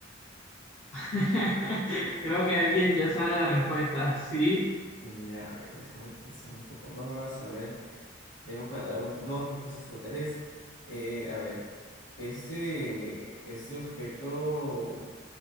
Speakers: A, on the left; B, on the left.
A: <laughs> Creo que alguien ya sabe la respuesta. Sí.
B: Ya, a ver, déjame pensar un poco más, a ver. Tengo para dar un- dos respuestas hasta tres. Eh, a ver, ¿este, este objeto